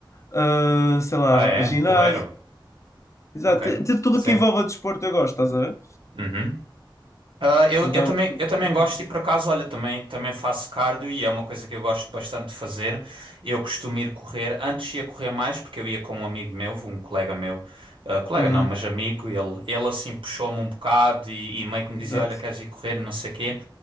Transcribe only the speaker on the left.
ah, sei lá,
ginásio,
exato,
de, de tudo
que envolve desporto eu gosto, estás a ver?
Então,
pronto,
tenho
feito
isso.
Uhum,
exato.